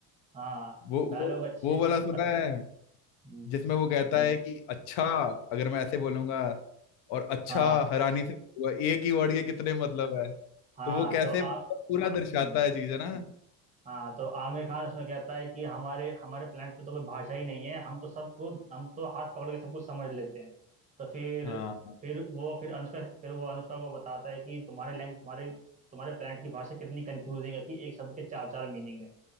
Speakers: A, on the right; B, on the left.
A: हाँ
B: वो
A: डायलॉग
B: वो
A: अच्छे
B: वो
A: हैं
B: वाला सुना
A: और
B: है
A: हम्म,
B: जिसमें वो कहता है कि अच्छा अगर मैं ऐसे बोलूंगा और अच्छा
A: हाँ
B: हैरानी से हुआ एक ही वर्ड के कितने मतलब है
A: हाँ
B: तो वो कैसे
A: तो आप
B: पूरा दर्शाता
A: हम्म,
B: है चीज है ना
A: हाँ तो आमिर खान उसमें कहता है कि हमारे हमारे प्लेनेट पे तो कोई भाषा ही नहीं है हम तो सबको हम तो हाथ पकड़ के सब कुछ समझ लेते हैं तो फिर
B: हाँ <laughs>
A: फिर वो फिर अनुष्का फिर वो अनुष्का को बताता है कि तुम्हारे लैंग तुम्हारे तुम्हारे प्लेनेट की भाषा कितनी कंफ्यूजिंग है कि एक शब्द के चार चार मीनिंग है